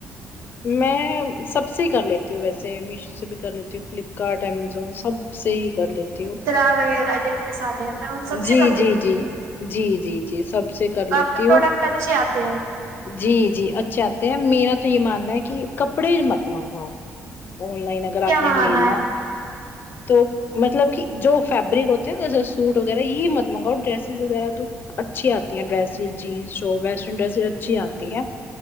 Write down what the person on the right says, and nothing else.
ترا وغیرہ جتنے سارے ہیں میں ان سب
سے کر
لیتی ہوں
آپ کے پروڈکٹ
اچھے آتے ہیں
کیا منگانا